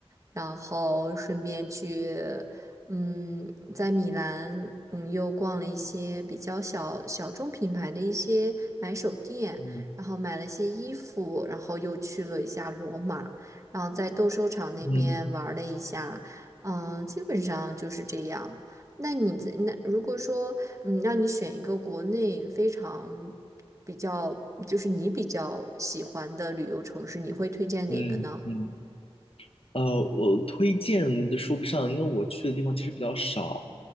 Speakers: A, on the right (about 30°); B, on the left (about 65°).
A: 然后顺便去，嗯，在米兰，嗯，又逛了一些比较小小众品牌的一些买手店，
B: 嗯
A: 然后买了一些衣服，然后又去了一下罗马。然后在斗兽场那边玩了一下，
B: 嗯
A: 嗯，基本上就是这样。那你在那如果说，嗯，让你选一个国内非常比较，就是你比较喜欢的旅游城市，你会推荐哪个呢？
B: 嗯嗯，呃，我推荐的说不上，因为我去的地方其实比较少。